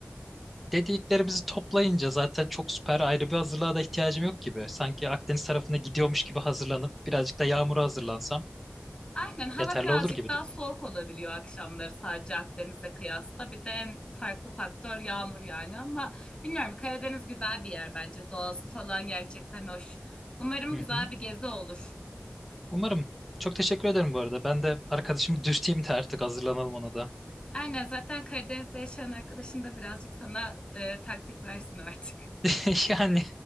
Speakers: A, in the centre; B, on the left.
A: dediklerimizi toplayınca zaten çok süper ayrı bir hazırlığa da ihtiyacım yok gibi. Sanki Akdeniz tarafına gidiyormuş gibi hazırlanıp birazcık da yağmura hazırlansam
B: Aynen hava
A: yeterli
B: birazcık
A: olur gibidir.
B: daha soğuk olabiliyor akşamları sadece Akdeniz'e kıyasla. Bir de en farklı faktör yağmur yani ama bilmiyorum Karadeniz güzel bir yer bence. Doğası falan gerçekten hoş. Umarım
A: Hı
B: güzel
A: hı.
B: bir gezi olur.
A: Umarım. Çok teşekkür ederim bu arada. Ben de arkadaşımı dürteyim de artık hazırlanalım ona da.
B: Aynen zaten Karadeniz'de yaşayan arkadaşın da birazcık sana e, taktik versin artık.
A: <laughs> Yani